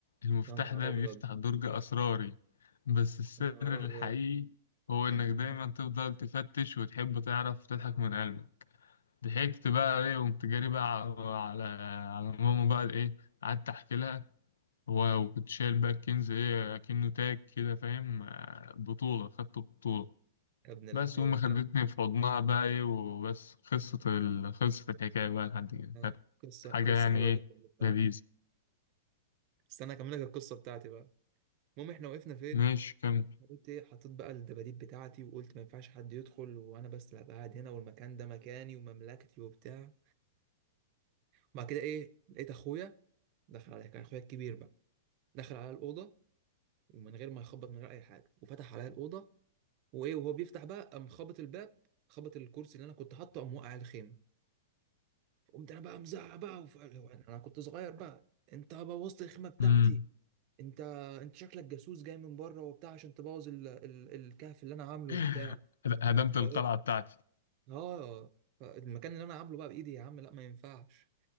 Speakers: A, on the left; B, on the right.
A: المفتاح
B: يا نهار
A: ده
B: ابيض
A: بيفتح درج أسراري بس السر
B: يا نهار
A: الحقيقي
B: ابيض
A: هو
B: <laughs>
A: إنك دايما تفضل تفتش وتحب تعرف تضحك من قلبك ضحكت بقى إيه وقمت جاري بقى على على على ماما بقى إيه قعدت أحكي لها و- وكنت شايل بقى الكنز إيه كأنه تاج كده فاهم آه، بطولة خدت بطولة
B: يا ابن اللعيبه
A: بس وأمي خدتني في حضنها بقى إيه وبس خلصت ال... خلصت الحكاية بقى لحد كده
B: آه،
A: كانت
B: قصة
A: حاجة
B: قصة
A: يعني
B: حلوة
A: إيه
B: جدا بصراحة
A: لذيذة
B: استنى أكمل لك القصة بتاعتي بقى المهم إحنا وقفنا فين؟
A: ماشي كمل
B: قلت إيه حطيت بقى الدباديب بتاعتي وقلت ما ينفعش حد يدخل وأنا بس اللي هبقى قاعد هنا والمكان ده مكاني ومملكتي وبتاع وبعد كده إيه لقيت أخويا دخل عليا كان أخويا الكبير بقى دخل على الأوضة ومن غير ما يخبط من غير أي حاجة وفتح عليا الأوضة وإيه وهو بيفتح بقى قام خبط الباب خبط الكرسي اللي أنا كنت حاطه قام وقع على الخيمة قمت أنا بقى مزعق بقى وف... أنا كنت صغير بقى أنت بوظت الخيمة بتاعتي
A: مم.
B: انت انت شكلك جاسوس جاي من بره وبتاع عشان تبوظ ال... ال... الكهف اللي انا عامله
A: <laughs>
B: وبتاع
A: هدمت القلعة
B: فلقيت
A: بتاعتي
B: اه المكان اللي انا عامله بقى بايدي يا عم لا ما ينفعش